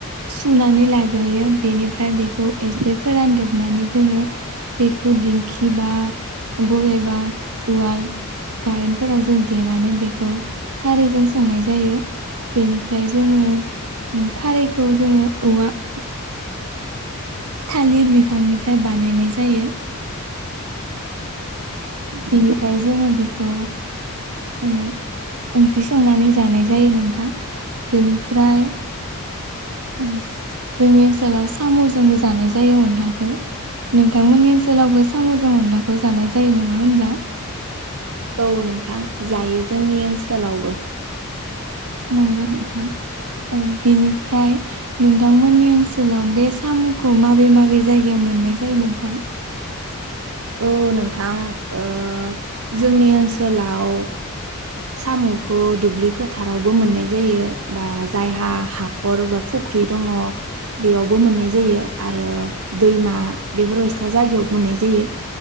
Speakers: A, on the right; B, on the right.
A: सुनानै लाग्रोयो बेनिफ्राय बेखौ एसे फोरानदबनानै जोङो बेखौ दिंखि बा बबेबा उवाल गायेनफोराव जों देनानै बेखौ खारैजों संनाय जायो बेनिफ्राय जोङो खारैखौ जोङो औवा <unintelligible> थालिर बिफांनिफ्राय बानायनाय जायो। बेनिफ्राय जोङो बेखौ ओ ओंख्रि संनानै जानाय जायो नोंथां। बेनिफ्राय जोंनि ओनसोलाव सामुजोंबो जानाय जायो अनलाखो। नोंथांमोननि ओनसोलावबो साम'जों अनलाखौ जानाय जायो नङा? ङा होनब्ला
B: औ नोंथां जायो जोंनि ओनसोलावबो
A: नंगौ नोंथां ओ बेनिफ्राय नोंथांमोननि ओनसोलाव बे सामखौ माबे माबे जायगायाव मोननाय जायो नोंथां?
B: औ नोंथां ओ जोंनि ओनसोलाव सामुखौ दुब्लि फोथारावबो मोननाय जायो बा जायहा हाखर बा फुख्रि दङ बेयावबो मोननाय जायो आरो दैमा बेफोरबायसा जायगायावबो मोननाय जायो।